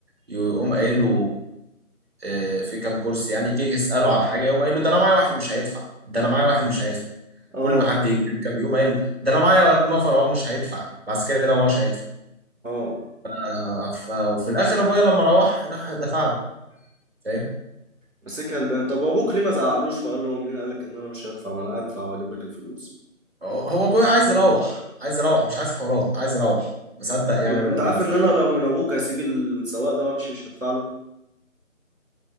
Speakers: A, on the right; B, on the right.
A: يقوم قايل له آه، في كام كرسي يعني يجي يسأله على حاجة يقوم قايل له ده انا معايا واحد مش هيدفع ده انا معايا واحد مش هيدفع
B: اه
A: كل ما حد يجي يركب يقوم قايل ده انا معايا نفر اهو مش هيدفع العسكري ده ما هوش هيدفع
B: اه
A: آه، ف- وفي الاخر ابويا لما روح راح دفع له فاهم
B: مسكها البان طب وابوك ليه ما زعقلوش وقال له مين قال لك ان انا مش هدفع ما انا هدفع واجيب لك الفلوس
A: هو هو ابويا عايز يروح عايز يروح مش عايز حوارات عايز يروح مصدق يعني
B: طب انت
A: الراجل
B: عارف ان
A: صدقني
B: انا لو من ابوك هسيب السواق ده وامشي مش هدفع له